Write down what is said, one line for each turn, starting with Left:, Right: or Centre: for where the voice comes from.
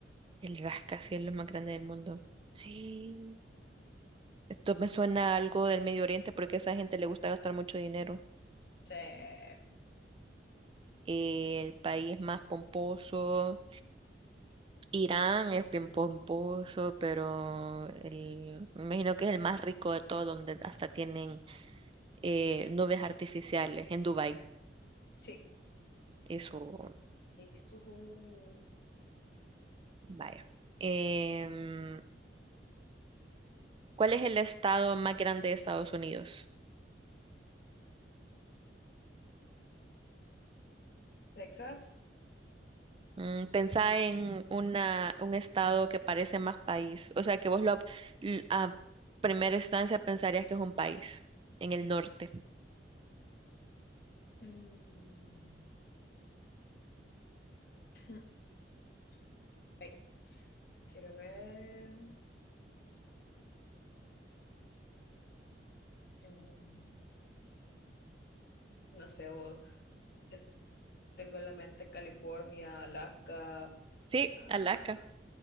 Right: el rascacielos es lo más grande del mundo. Ay, Esto me suena a algo del Medio Oriente porque a esa gente le gusta gastar mucho dinero.
Left: Sí.
Right: El país más pomposo, Irán es bien pomposo, pero el, me imagino que es el más rico de todo, donde hasta tienen eh, nubes artificiales en Dubái.
Left: Sí.
Right: Eso,
Left: ¿Es un
Right: vaya. Em, ¿cuál es el estado más grande de Estados Unidos?
Left: Texas?
Right: Mm, pensá en una, un estado que parece más país, o sea que vos lo, l- a primera instancia pensarías que es un país en el norte.
Left: Mm. <laughs> <clears throat> Ay, quiero ver. Mm. No sé, vos, es- tengo en la mente California, Alaska,
Right: Sí,
Left: ah,
Right: Alaska.